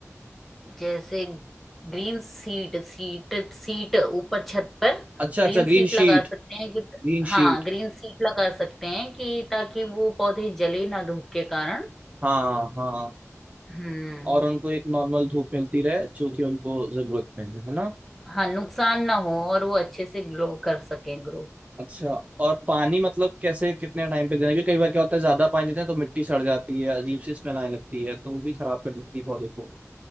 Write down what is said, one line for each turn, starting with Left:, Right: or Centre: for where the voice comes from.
Centre: जैसे ग्रीन सीट सीट सीट ऊपर छत पर
Right: अच्छा
Centre: ग्रीन
Right: अच्छा ग्रीन
Centre: सीट
Right: शीट
Centre: लगा सकते हैं कि
Right: Green
Centre: हाँ
Right: sheet
Centre: ग्रीन सीट लगा सकते हैं कि ताकि वो पौधे जले ना धूप के कारण
Right: हाँ हाँ
Centre: हम्म
Right: और उनको एक नॉर्मल धूप मिलती रहे जो कि उनको जरूरत में है है ना
Centre: हाँ नुकसान ना हो और वो अच्छे से ग्लो कर सकें ग्रो
Right: अच्छा और पानी मतलब कैसे कितने टाइम पे देना है? क्योंकि कई बार क्या होता है ज्यादा पानी देते हैं तो मिट्टी सड़ जाती है अजीब सी स्मेल आने लगती है तो वो भी खराब कर देती है पौधे को